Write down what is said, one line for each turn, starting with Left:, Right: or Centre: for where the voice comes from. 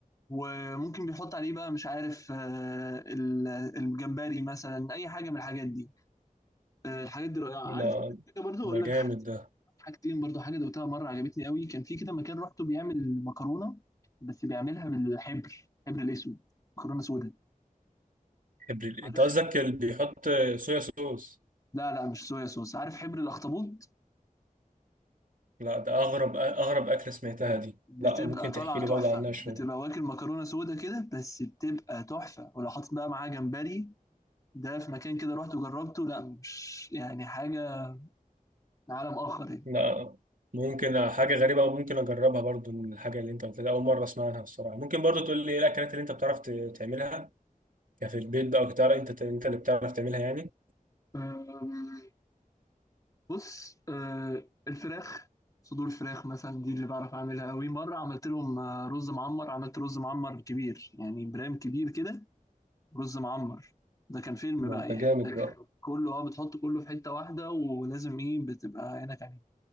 Left: وممكن بيحط عليه بقى مش عارف آه، ال- الجمبري مثلا اي حاجه من الحاجات دي آه، الحاجات دي رائعه عارف
Right: ده
Left: أقول لك حاجه برضو اقول
Right: ده
Left: لك
Right: جامد ده
Left: حاجتين برضو حاجة دوقتها مرة عجبتني قوي كان في كده مكان رحته بيعمل مكرونة بس بيعملها بالحبر حبر الأسود مكرونة سودا
Right: ابريل
Left: عارف
Right: انت قصدك اللي بيحط صويا صوص
Left: لا لا مش صويا صوص عارف حبر الأخطبوط
Right: لا ده اغرب اغرب اكله سمعتها دي
Left: بتبقى
Right: لا ممكن
Left: طالعة
Right: تحكي لي
Left: تحفة
Right: برضه عنها
Left: بتبقى
Right: شويه
Left: واكل مكرونة سودا كده بس بتبقى تحفة ولو حاطط بقى معاها جمبري ده في مكان كده رحت وجربته لا مش يعني حاجة من عالم آخر
Right: لا ممكن حاجه غريبه وممكن اجربها برضه من الحاجه اللي انت قلتها اول مره اسمع عنها الصراحه ممكن برضه تقول لي ايه الاكلات اللي انت بتعرف ت- تعملها كفي البيت بقى وتعرف انت انت اللي بتعرف تعملها يعني
Left: يعني بص آه الفراخ صدور فراخ مثلا دي اللي بعرف اعملها قوي مره عملت لهم آه، رز معمر عملت رز معمر كبير يعني برام كبير كده رز معمر ده كان فيلم
Right: ما
Left: بقى
Right: انت
Left: يعني
Right: جامد
Left: ده
Right: بقى
Left: كان كله اه بتحط كله في حته واحده ولازم ايه بتبقى عينك عليه